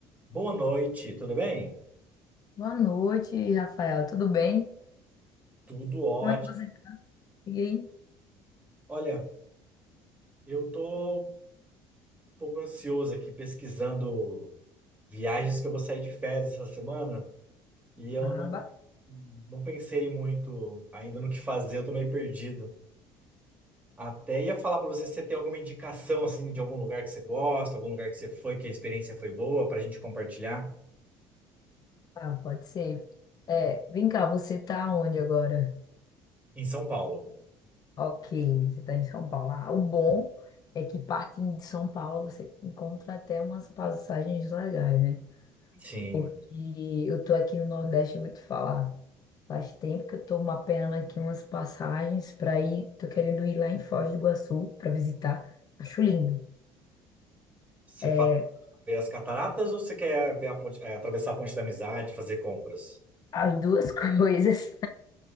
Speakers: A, on the right; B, on the left.
A: Boa noite, tudo bem?
B: Boa noite, Rafael. Tudo bem?
A: Tudo ótimo.
B: Como é que você tá? E aí?
A: Olha, eu tô um pouco ansioso aqui pesquisando viagens que eu vou sair de férias essa semana e eu
B: Ah,
A: não, não pensei muito ainda no que fazer, eu tô meio perdido. Até ia falar pra você se você tem alguma indicação assim de algum lugar que você gosta, algum lugar que você foi, que a experiência foi boa pra gente compartilhar
B: bacana, pode ser. É, vem cá, você tá onde agora?
A: em São Paulo.
B: Ok, você tá em São Paulo. Ah, o bom é que partindo de São Paulo você encontra até umas passagens legais, né?
A: Sim.
B: Porque eu tô aqui no Nordeste, eu vou te falar. Faz tempo que eu tô mapeando aqui umas passagens para ir. Tô querendo ir lá em Foz do Iguaçu para visitar. Acho lindo.
A: Você
B: É,
A: fala ver as cataratas ou você quer ver a ponte, eh, atravessar a Ponte da Amizade, fazer compras?
B: As duas <laughs> coisas.